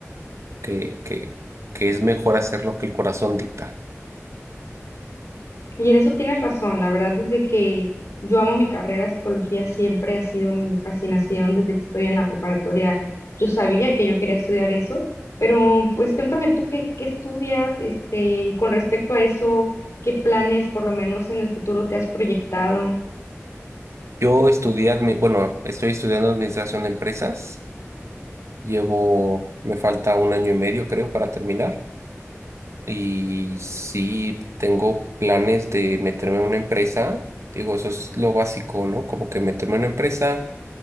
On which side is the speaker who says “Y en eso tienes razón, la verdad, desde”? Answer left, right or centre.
Left